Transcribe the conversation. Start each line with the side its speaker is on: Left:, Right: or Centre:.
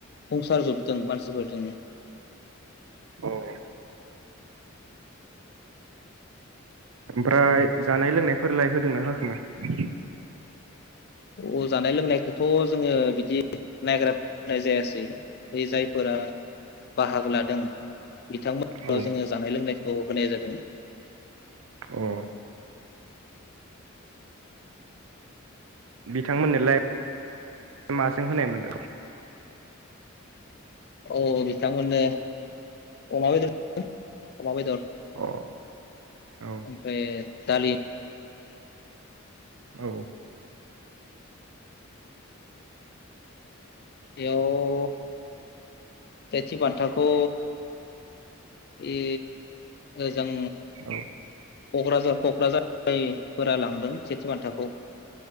Left: बुंसारजोबदों मानसिफोरजोंनो
Right: औ औ। ओमफ्राय जानाय लोंनायफोरलाय होदों ना होङाखैमोन?
Left: अ जानाय लोंनायखोथ' जोङो बिदि नायग्रानाय जायासै बे जायफोरा बाहागो लादों बिथांमोनाव
Right: औ
Left: जोङो जानाय लोंनाय खौ होनाय जादों।
Right: अ। बिथांमोननोलाय माजों होनायमोन?
Left: औ बिथांमोननो अमा बेदर <unintelligible> अमा बेदर।
Right: औ औ
Left: ओमफ्राय दालि
Right: औ।
Left: इयाव सेथि बान्थाखौ इ ओजों
Right: औ।
Left: क'क्राझार क'क्राझारफोरा लांदों सेथि बान्थाखौ।